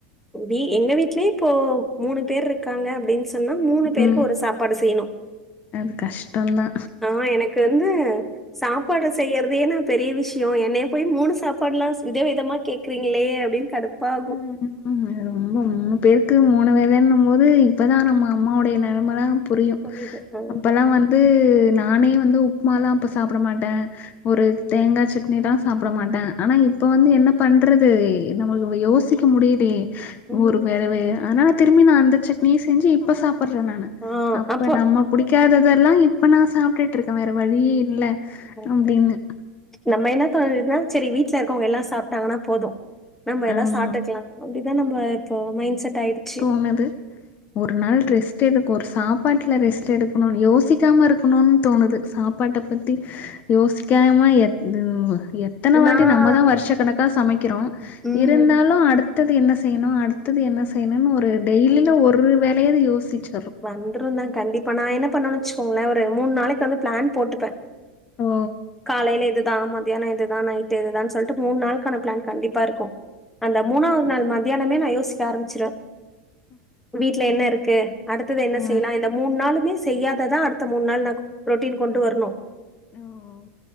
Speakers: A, in the centre; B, on the left (about 40°).
A: இதே எங்க வீட்லயு இப்போ மூணு பேர் இருக்காங்க அப்டின் சொல்லி மூணு பேருக்கு
B: ம்
A: ஒரு சாப்பாடு செய்ணு
B: அது கஷ்டோந்தா
A: ஆ எனக்கு வந்து சாப்பாடு செய்யறதே எனக் பெரிய விஷ்யோ என்னய போய் மூணு சாப்பாடுல்லா வித விதமா கேக் காங்ளே அப்டின் கடுப்பாகும்
B: <inaudible> ம் ம் பெருக்கறது மூணு வேலைன்னும் போது இப்பதா நம்ம அம்மாவுடைய நெலமதா புரியும்
A: புரியுது. ஆ,
B: அப்பல்லா வந்து நானே வந்து உப்புமாலா அப்ப சாப்ட மாட்டே ஒரு தேங்காய் சட்னில்லா சாப்புட மாட்டே ஆனா இப்ப வந்து என்ன பண்றது நம்ம நம்ம யோசிக்க முடியலே
A: ம்.
B: ஒரு வேறவு அதனால திரும்பி நா அந்த சட்னிய செஞ்சு இப்ப சாப்புட்றே நானு
A: ஆ,
B: அப்ப
A: அப்போ
B: நம்ம புடிக்காததெல்லா இப்ப நா சாப்புட்டுட்டு இருக்கே வேற வழியே இல்ல
A: போப்ட்டு
B: அப்டின்னு
A: நம்ம என்ன தோணுறதுன்னா செரி வீட்ல இருக்கவங்க எல்லா சாப்ட்டாங்கன்னா போது மேம் ஏதாவ
B: ஆமா
A: சாப்ட்டுக்கிங்லா அப்படிதா நம்ப இப்போ மைண்ட் செட் ஆயிடுச்சு
B: என்னது ஒரு நாள் ரெஸ்ட் எடுக்கு ஒரு சாப்பாட்டுல ரெஸ்ட் எடுக்கணுன்னு யோசிக்காம இருக்கணுன்னு தோணுது சாப் பாட்ட பத்தி யோசிக்காம எத் எத்தன வாட்டி
A: நான்
B: நம்ம தா வருஷா கணக்கா சமைக்கிறோ
A: ம்.
B: இருந்தாலு அடுத்தது என்ன செய்யணு அ அடுத்தது என்ன செய்யணுன்னு ஒரு டெய்லியிலு ஒரு வேலையாவது யோசிச்ச
A: வந்ட்ருந்தா கண்டிப்பா நா என்ன பண்ணு வச்சுக்கோங்களே ஒரு மூணு நாளைக்கி வந்து பிளான் போட்டுப்பே
B: ஓ
A: காலையில இதுதா மதியானோ இதுதா நைட் டு இதுதா சொல்ட்டு மூணு நாளுக்கான பிளான் கண்டிப்பாருக்கு அந்த மூணாவது
B: அது
A: நாள் மத்தியானமே நா யோசி க்க ஆரம்பிச்சிடுவே இப்ப வீட்ல என்னருக்கு அடுத்தது என்ன
B: ஆ
A: செய்யலா இந்த மூணு நாளுமே செ செய்யாத தா அடுத்த மூணு நாள் புரோடின் கொண்டு வரணு
B: ஓ